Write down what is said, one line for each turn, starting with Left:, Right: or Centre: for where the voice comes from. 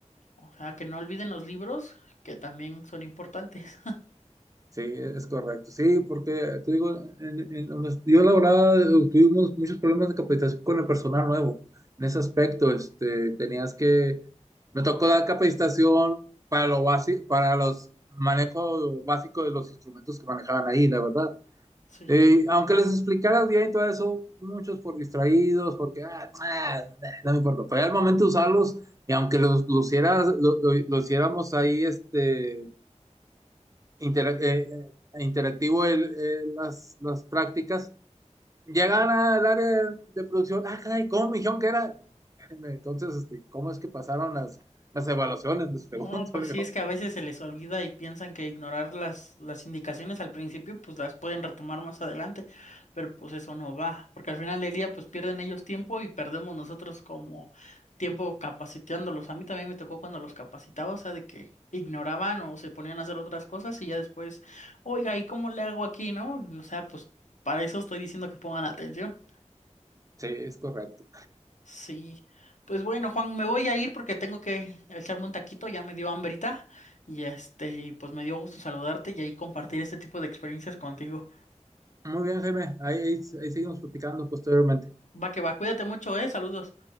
Left: O sea, que no olviden los libros, que también son importantes.
Right: Sí, es correcto, sí, porque te digo, en, en donde yo laboraba eh, tuvimos muchos problemas de capacitación con el personal nuevo. En ese aspecto, este, tenías que, me tocó dar capacitación para lo básico, para los manejo básico de los instrumentos que manejaban ahí, la verdad.
Left: Sí.
Right: Eh, aunque les explicaras bien y todo eso, muchos por distraídos, porque ah, ah, no me importa. Pero ya al momento de usarlos, y aunque los, los hicieras- lo, lo- lo hiciéramos ahí este, intera- eh, eh, interactivo el, eh, las, las prácticas, llegaban al área de producción. Ah, caray, ¿cómo me dijeron que era? Espérenme, Entonces, este, ¿cómo es que pasaron las, las evaluaciones? Les pregunto,
Left: No, pues
Right: <laughs> le
Left: sí,
Right: digo.
Left: es que a veces se les olvida y piensan que ignorar las, las indicaciones al principio, pues las pueden retomar más adelante, pero pues eso no va, porque al final del día, pues pierden ellos tiempo y perdemos nosotros como tiempo capacitándolos. A mí también me tocó cuando los capacitaba, o sea, de que ignoraban o se ponían a hacer otras cosas y ya después, oiga, ¿y cómo le hago aquí, no? O sea, pues para eso estoy diciendo que pongan atención.
Right: Sí, es correcto.
Left: Sí, pues bueno, Juan, me voy a ir porque tengo que echarme un taquito, ya me dio hambrita y este, y pues me dio gusto saludarte y ahí compartir este tipo de experiencias contigo.
Right: Muy bien, Jaime. Ahí, ahí, ahí seguimos platicando posteriormente.
Left: Va que va, cuídate mucho, eh, saludos.